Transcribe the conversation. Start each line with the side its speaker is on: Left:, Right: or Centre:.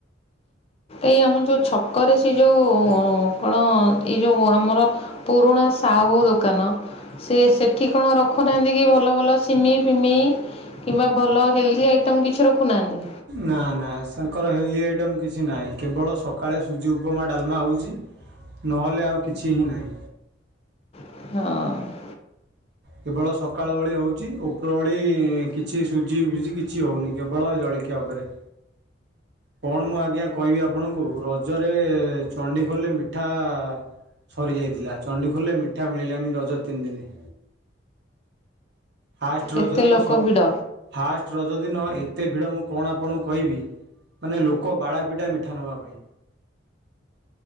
Left: ଏଇ ଆମ ଯୋଉ ଛକରେ ସେ ଯୋଉ କଣ ଏଇ ଯୋଉ ଆମର ପୁରୁଣା ସାହୁ ଦୋକାନ ସେ ସେଠି କଣ ରଖୁନାହାନ୍ତି କି ଭଲ ଭଲ ସିମେଇ ଫିମେଇ କିମ୍ବା ଭଲ ହିଲ୍ଥୀ ଆଇଟମ କିଛି ରଖୁନାହାନ୍ତି?
Right: ନା ନା ତାଙ୍କର ହେଲ୍ଦି ଆଇଟମ୍ କିଛି ନାହିଁ କେବଳ ସକାଳେ ସୁଜି ଉପମା ଡାଲମା ହେଉଛି। ନହେଲେ ଆଉ କିଛି ହିଁ ନାହିଁ।
Left: ହଁ।
Right: କେବଳ ସକାଳ ଓଳି ହେଉଛି ଉପର ଓଳି କିଛି ସୁଝି ଫୁଜି କିଛି ହେଉନି କେବଳ ଜଳି ଖିଆ ଉପରେ। କଣ ମୁଁ ଆଜ୍ଞା କହିବି ଆପଣଙ୍କୁ ରଜରେ ଚଣ୍ଡିଖୋଲରେ ମିଠା ସରିଯାଇଥିଲା ଚଣ୍ଡିଖୋଲରେ ମିଠା ମିଳିଲାନି ରଜ ତିନି ଦିନ। ଫାଷ୍ଟ ରଜ
Left: ଏତେ
Right: ଦିନ
Left: ଲୋକ
Right: ସବୁ
Left: ଭିଡ଼
Right: ଫାଷ୍ଟ ରଜ ଦିନ ଏତେ ଭିଡ଼ ମୁଁ କଣ ଆପଣଙ୍କୁ କହିବି। ମାନେ ଲୋକ ବାଳାପିଟା ମିଠା ନେବା ପାଇଁ।